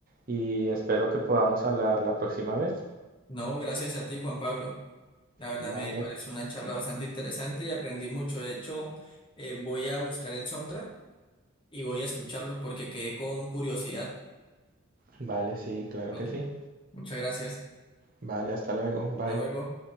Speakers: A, on the right (about 40°); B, on the left (about 20°).
A: y espero que podamos hablar la próxima vez.
B: No, gracias a ti, Juan Pablo. La verdad
A: Vale,
B: me pareció una charla bastante interesante y aprendí mucho. De hecho, eh, voy a buscar el soundtrack y voy a escucharlo porque quedé con curiosidad.
A: vale, sí, claro
B: Vale,
A: que sí.
B: muchas gracias.
A: Vale, hasta luego, bye.
B: Hasta luego.